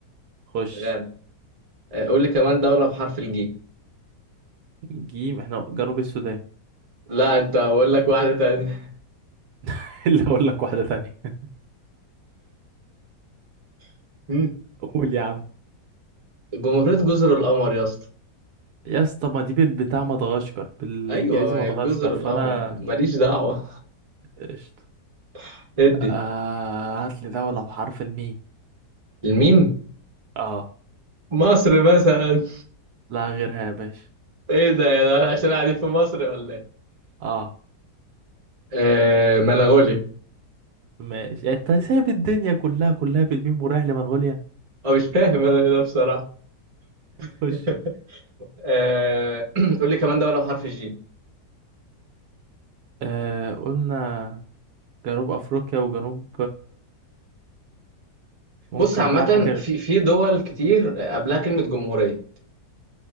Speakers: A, on the right; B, on the right.
A: خش
B: غانا آه... قول لي كمان دولة بحرف الجيم
A: جيم احنا جنوب السودان
B: لا انت بقول لك واحدة تانية
A: <laughs> اللي أقول لك واحدة تانية
B: <laughs> مم.
A: <laughs> قول يا عم
B: جمهورية جزر القمر يا اسطى
A: يا اسطى ما دي بال- بتاع مدغشقر بالإنجليزي
B: ايوه ما هي
A: مدغشقر
B: جزر
A: فأنا
B: القمر ماليش دعوة
A: قشطة
B: <laughs> ادي
A: آه هات لي دولة بحرف الميم
B: الميم
A: اه
B: مصر مثلا
A: لا غيرها يا باشا
B: ايه ده يا ده عشان قاعدين في مصر ولا ايه
A: اه
B: آه منغولي
A: ماشي يعني انت سايب الدنيا كلها كلها بالميم ورايح لمنغوليا
B: اه مش فاهم انا ايه ده بصراحه <laughs>
A: خش
B: آه <clears throat> قول لي كمان دوله بحرف الجيم
A: آه قلنا جنوب افريقيا وجنوب ممكن
B: بص عامه
A: بقى حاجة
B: في في دول كتير قبلها كلمه جمهوريه